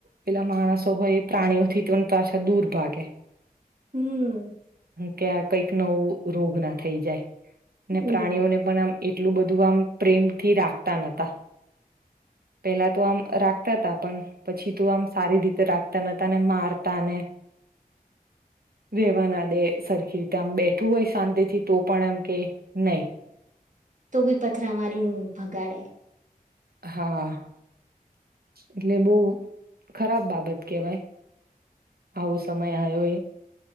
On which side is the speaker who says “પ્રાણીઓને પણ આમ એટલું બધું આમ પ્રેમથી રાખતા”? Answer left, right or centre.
Right